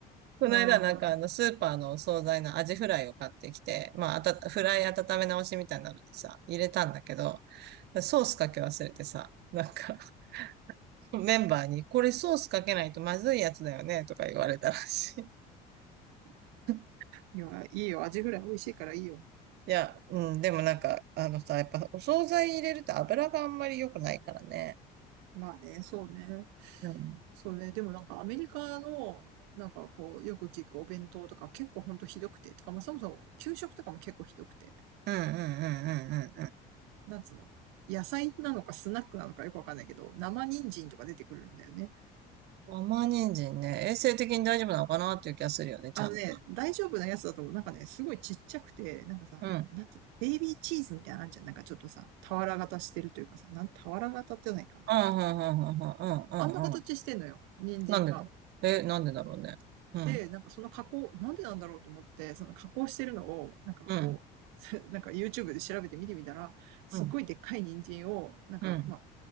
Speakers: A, on the right (about 65°); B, on the right (about 85°).
A: この間なんかあのスーパーのお惣菜のアジフライを買ってきて、
B: うん。うん。
A: まあ、あた、フライ温め直しみたいなのでさ、入れたんだけど、ソースかけ忘れてさ、なんか <laughs> メンバーに、これソースかけないとまずいやつだよね、とか言われたらしい。<laughs>
B: いや、いいよ。味ぐらい美味しいからいいよ。
A: いや、うん、でもなんか、あのさ、やっぱお惣菜入れると油があんまり良くないからね。
B: まあね、そうね。
A: うん。
B: そうね。でもなんかアメリカの、なんかこう、よく聞くお弁当とか結構ほんとひどくて。てかまあそもそも給食とかも結構ひどくて。
A: うんうんうんうんうんう
B: なんつうの野菜なのかスナックなのかよくわかんないけど、生人参とか出てくるんだよね。
A: ん。甘人参ね、衛生的に大丈夫なのかなっていう気がするよね、ちゃんと。
B: あのね、大丈夫なやつだと、なんかね、すごいちっちゃくて、なんかさ、
A: うん。
B: なんと、ベイビーチーズみたいなのあんじゃん。なんかちょっとさ、俵型してるというかさ、なん、俵型ってないか。
A: うん、うん、うん、うん、うん、うん、
B: あんな形してんのよ。
A: うん。
B: 人参が。
A: なんでだえ、なんでだろうね。うん、
B: で、なんかその加工、なんでなんだろうと思って、その加工してるのを、なんかこう、
A: うん、
B: <laughs> なんか YouTube で調べて見てみたら、すっごいでっかい人参を、
A: うん、
B: なんか、
A: うん。
B: まあ、